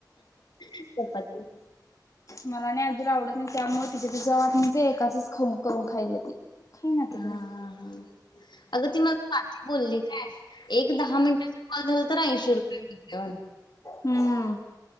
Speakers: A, on the left; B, on the left.
A: चपाती
B: मला नाही आजीला आवडत नाही त्यामुळे तिच्या तिच्या वाटनीच एकाचच खाऊ करून खायली ती. खाई ना
A: हा
B: तिकडं
A: हा हा अग ती मला काकी बोललीत. एक दहा मिनिटाचा कॉल झाला तर ऐंशी रुपये मिळते
B: हम्म